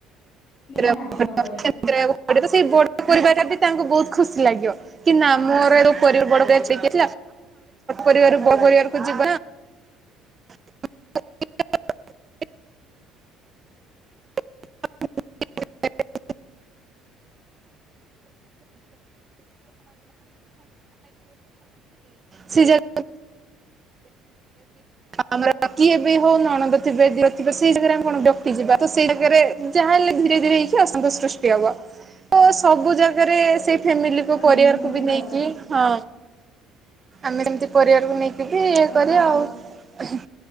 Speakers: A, on the left (about 30°); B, on the right (about 25°).
A: ନିହାତି
B: <unintelligible>
A: ଭାବରେ
B: ସେଇ ବଡ଼ ପରିବାର ଟା ବି ତାଙ୍କୁ ବହୁତ ଖୁସି ଲାଗିବ କି ନା ମୋର <unintelligible> ଆମେ ଗୋଟେ ଛୋଟ ପରିବାର ରୁ ବଡ ପରିବାରକୁ ଯି <unintelligible> <unintelligible> <unintelligible> <unintelligible> ସିଏ <unintelligible> ଆମ କିଏ ବି ହଉ ନଣନ୍ଦ ଥିବେ ଦିଅର ଥିବେ ସେଇ ଜାଗାରେ ଆମେ କଣ ବତି ଯିବା ତ ସେଇ ଜାଗା ରେ ଯାହାଲେ ଧୀରେ ଧୀରେ ହେଇକି ଅସନ୍ତୋଷ ସୃଷ୍ଟି ହବ ତ ସବୁ ଜାଗାରେ ସେ ଫା
A: ତ
B: ପରିବାରକୁ
A: ନିହାତି
B: ବି
A: ଭାବରେ
B: ନେଇକି ହଁ ଆମେ କେମତି ପରିବାରକୁ ନେଇକି ଏମତି ଇଏ
A: ତ
B: କରିଆ
A: ହଁ
B: ଆଉ।